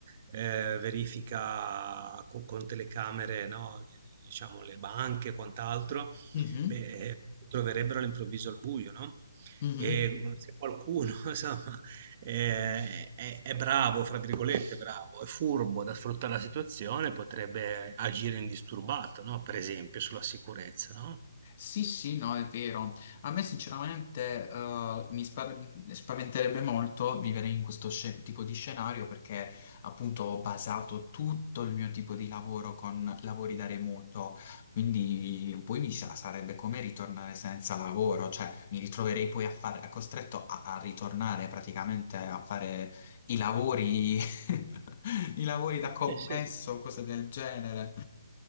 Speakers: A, on the right; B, on the left.
A: eh, verifica co- con, telecamere, no? Diciamo le banche e quant'altro,
B: Mhm,
A: beh, si troverebbero all'improvviso al buio, no?
B: mhm.
A: E se qualcuno, <laughs> insomma, eh, è, è bravo, fra virgolette, bravo, è furbo da sfruttare la situazione, potrebbe agire indisturbato, no? Per esempio sulla sicurezza, no?
B: Sì, sì, no, è vero. A me sinceramente eh, mi spa- spaventerebbe molto vivere in questo sce- tipo di scenario perché appunto ho basato tutto il mio tipo di lavoro con lavori da remoto, quindi poi mi sa- sarebbe come ritornare senza lavoro, cioè mi ritroverei poi a fare, costretto a, a ritornare praticamente a fare i lavori, <laughs> i lavori da commesso,
A: Eh sì.
B: cose del genere.